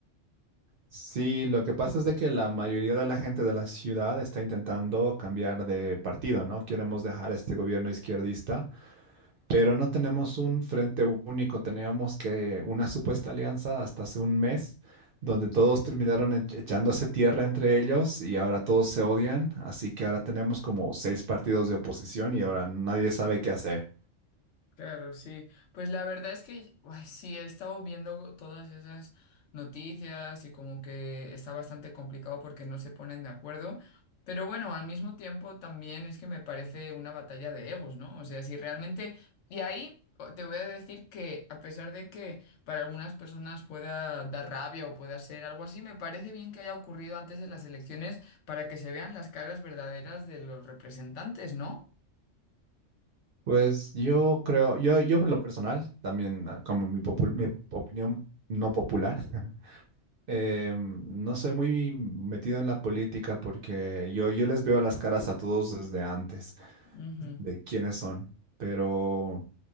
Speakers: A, on the right; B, on the left.
A: Sí, lo que pasa es de que la mayoría de la gente de la ciudad está intentando cambiar de partido, ¿no? Queremos dejar este gobierno izquierdista pero no tenemos un frente único. Teníamos que una supuesta alianza hasta hace un mes, donde todos terminaron ech- echándose tierra entre ellos y ahora todos se odian. Así que ahora tenemos como seis partidos de oposición y ahora nadie sabe qué hacer.
B: Claro, sí. Pues la verdad es que ay, sí, he estado viendo todas esas noticias y como que está bastante complicado porque no se ponen de acuerdo. Pero bueno, al mismo tiempo también es que me parece una batalla de egos, ¿no? O sea, si realmente... Y ahí o- te voy a decir que a pesar de que para algunas personas pueda dar rabia o pueda ser algo así, me parece bien que haya ocurrido antes de las elecciones para que se vean las caras verdaderas de los representantes, no
A: Pues yo creo, yo, yo en lo personal, también ah, como mi, popul- mi opinión no popular, <laughs> em, no soy muy metido en la política porque yo, yo les veo las caras a todos desde antes
B: Ujú.
A: de quiénes son, pero